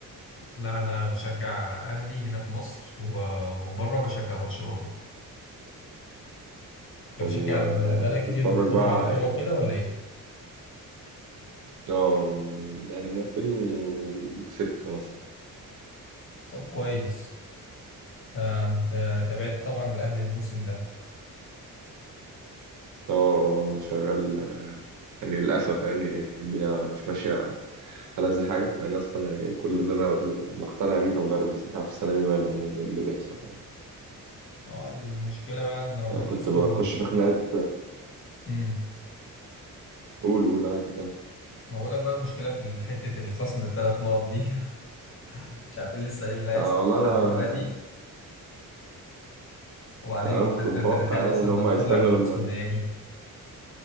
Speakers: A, on the left; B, on the right.
A: لا انا بشجع اهلي هنا في مصر و- وبره بشجع برشلونة انت
B: طب
A: بتشجع
B: وبتتفرج
A: ال- بقالك كتير بتتفرج
B: بقى
A: على كورة وكده ولا ايه؟
B: اه يعني من 2006 مثلا
A: طب كويس تم- ت- تابعت طبعا الاهلي الموسم ده
B: اه شغال يعني للأسف يعني الدنيا مش ماشية ألذ حاجة مع إن أصلا يعني كل ده أنا مقتنع بيه كمدرب بس مش عارف السنة دي ماله يعني إيه اللي بيحصل يعني
A: اه المشكلة بقى ان ربنا
B: أنا كنت
A: يستر
B: بخش في خناقات
A: امم
B: قول قول عادي كام
A: ما بقول لك بقى المشكله في حته الخصم الثلاث نقط دي <laughs> مش عارفين لسه ايه اللي هيحصل
B: آه والله
A: لحد دلوقتي
B: أنا
A: وبعدين
B: يعني أنا كنت
A: حتى
B: متوقع
A: انت تتخيل
B: يعني
A: اصلا
B: إن
A: انك
B: هم
A: طالع
B: هيستنوا
A: من نص
B: لما
A: النهائي